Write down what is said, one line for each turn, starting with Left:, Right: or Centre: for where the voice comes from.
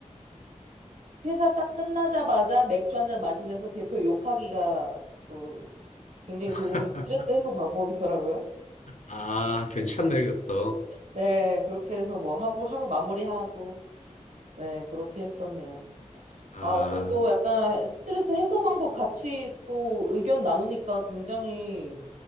Right: 회사 딱 끝나자마자 맥주 한 잔 마시면서 대표 욕하기가 또 굉장히
Left: <laughs>
Right: 좋은 스트레스 해소 방법이더라고요.
Left: 아, 괜찮네, 그것도.
Right: 네, 그렇게 해서 뭐 하루, 하루 마무리하고, 네, 그렇게 했었네요.
Left: 아.
Right: 아, 오늘 또 약간 스트레스 해소 방법 같이 또 의견 나누니까 굉장히